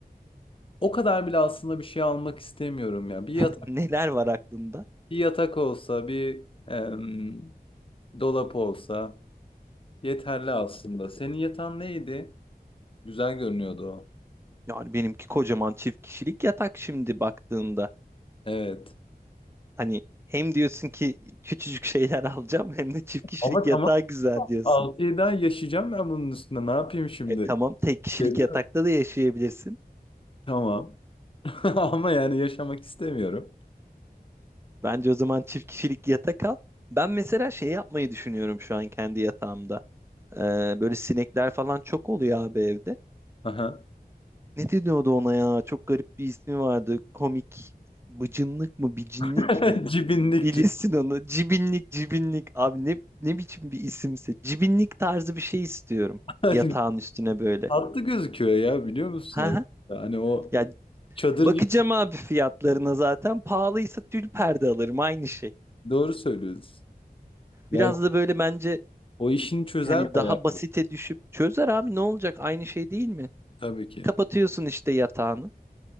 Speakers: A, on the left; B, on the right.
A: O kadar bile aslında bir şey almak istemiyorum ya. Bir yatak,
B: <laughs> Neler var aklında?
A: bir yatak olsa, bir em, dolap olsa yeterli aslında. Senin yatan neydi? Güzel görünüyordu o.
B: Yani benimki kocaman çift kişilik yatak şimdi baktığında
A: Evet.
B: hani hem diyorsun ki küçücük şeyler alacağım hem de çift kişilik
A: Ama
B: yatağı
A: tamam.
B: güzel diyorsun.
A: 6-7 ay yaşayacağım ben bunun üstüne. Ne yapayım şimdi?
B: E tamam tek kişilik
A: Seviyorum.
B: yatakta da yaşayabilirsin.
A: Tamam. <laughs> Ama yani yaşamak istemiyorum.
B: Bence o zaman çift kişilik yatak al. Ben mesela şey yapmayı düşünüyorum şu an kendi yatağımda. Ee, böyle sinekler falan çok oluyor abi evde.
A: Aha.
B: Ne deniyordu ona ya? Çok garip bir ismi vardı. Komik. Bıcınlık mı? Bicinlik
A: <laughs>
B: mi?
A: Cibinlik.
B: Bilirsin onu. Cibinlik, cibinlik. Abi ne, ne biçim bir isimse. Cibinlik tarzı bir şey istiyorum.
A: <laughs>
B: Yatağın üstüne böyle.
A: Tatlı gözüküyor ya biliyor musun
B: Ha
A: aslında?
B: ha.
A: Hani o
B: Ya
A: çadır
B: bakacağım
A: gibi
B: abi fiyatlarına zaten. Pahalıysa tül perde alırım. Aynı şey.
A: doğru söylüyoruz. Ya
B: Biraz da böyle bence
A: o işini çözer
B: hani
A: bayağı.
B: daha basite düşüp çözer abi ne olacak aynı şey değil mi?
A: Tabii ki.
B: Kapatıyorsun işte yatağını.